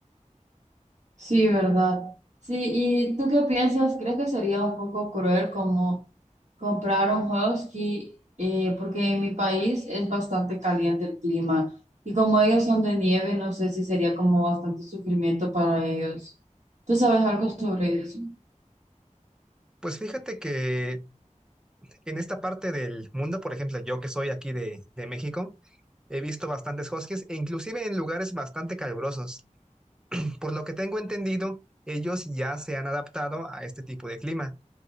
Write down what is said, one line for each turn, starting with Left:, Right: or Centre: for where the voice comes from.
Right: Sí, ¿verdad? Sí, ¿y tú qué piensas? ¿Crees que sería un poco cruel como comprar un husky? Eh, porque en mi país es bastante caliente el clima y como ellos son de nieve, no sé si sería como bastante sufrimiento para ellos. ¿Tú sabes algo sobre eso?
Centre: Pues fíjate que en esta parte del mundo, por ejemplo, yo que soy aquí de, de México, he visto bastantes huskies e inclusive en lugares bastante calurosos. Por lo que tengo entendido, ellos ya se han adaptado a este tipo de clima.